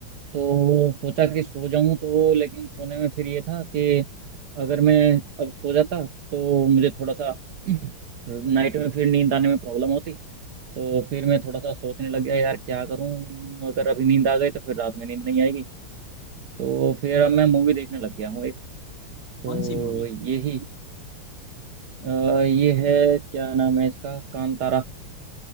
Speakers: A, on the right (about 60°); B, on the left (about 70°).
A: तो सोचा कि सो जाऊं तो लेकिन सोने में फिर ये था कि अगर मैं अब सो जाता तो मुझे थोड़ा सा <clears throat> नाइट में फिर नींद आने में प्रॉब्लम होती तो फिर मैं थोड़ा सा सोचने लग गया यार क्या करूं अगर अभी नींद आ गई तो फिर रात में नींद नहीं आएगी तो फिर अब मैं मूवी देखने लग गया हूँ एक तो
B: कौन सी मूवी
A: यही अ, ये है क्या नाम है इसका कांतारा